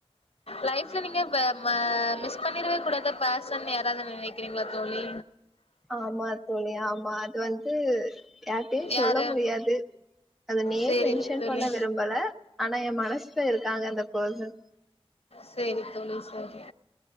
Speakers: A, on the left (about 80°); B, in the centre.
A: லைஃப்ல நீங்க வ ம மிஸ் பண்ணிறவே கூடாத பேசன் யாராவது நினைக்கிறீங்களா தோழி
B: ஆமா தோழி யா ஆமா அது வந்து யார்ட்டயும் சொல்ல
A: யாரு
B: முடியாது அது நேம்
A: சேரி
B: மென்ஷன்
A: தோழி
B: பண்ண விரும்பல ஆனா எ மனசுல இருக்காங்க அந்த பேசன்
A: சேரி தோழி சேரி